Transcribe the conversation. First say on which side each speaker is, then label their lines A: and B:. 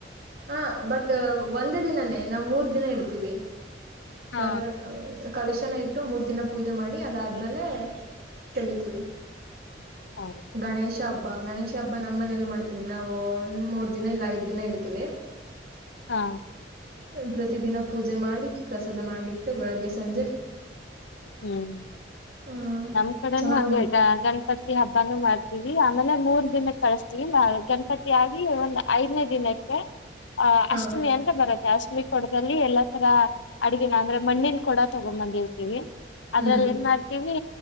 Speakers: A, on the right; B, on the left.
A: ಹ ಬಟ್ ಒಂದೇ ದಿನನೇ ನಾವು್ ಮೂರ್ ದಿನ ಇಡ್ತೀವಿ
B: ಹಾ
A: ಒಲ್ಲ ಕಲಶನ ಇಟ್ಟು ಮೂರ್ ದಿನ ಪೂಜೆ ಮಾಡಿ ಅದಾದ್ಮೇಲೆ ತೆಗತಿೀವಿ
B: ಹೌದಾ
A: ಗಣೇಶ ಹಬ್ಬ ಗಣೇಶ ಹಬ್ಬ ನಮ್ಮನೇಲ್ಲೂ ಮಾಡ್ತೀವಿ ನಾವು ಒಂದ ಮೂರ್ ದಿನ ಇಲ್ಲ ಐದ್ ದಿನ ಇಡ್ತೀವಿ
B: ಹಾ
A: ಪ್ರತಿ ದಿನ ಪೂಜೆ ಮಾಡಿ ಪ್ರಸಾದ ಮಾಡಿಟ್ಟು ಬೆಳಗ್ಗೆ ಸಂಜೆ
B: ಹ್ಮ್
A: ಹ್ಮ್
B: ನಮ್ ಕಡೆನುೂ
A: ಚೆನ್ನಾಗ್
B: ಹಗೆ
A: ಮಾಡ
B: ಗಣಪತಿ ಹಬ್ಬಾನೂ ಮಾಡ್ತೀವಿ ಆಮೇಲೆ ಮೂರ್ ದಿನಕ್ಕೆ ಕಳ್ತ ಇಲ್ಲ ಗಣಪತಿ ಆಗ್ಲಿವಲ್ಲ ಐದನೇ ದಿನಕ್ಕೆ ಆ
A: ಹಾ
B: ಅಷ್ಟಮಿ ಅಂತ ಬರುತ್ತೆ ಅಷ್ಟ ಕೊಡದಲ್ಲಿ ಎಲ್ಲಾ ತರ ಅಡಗಿನ ಅಂದ್ರೆ ಮಣ್ಣಿನ ಕೂಡ ತಗೊಂಬಂದಿರ್ತೀವಿ ಅದ್ರಲ್ಲಿ
A: ಹ್ಮ್
B: ಏನ್ ಮಾಡ್ತೀವಿ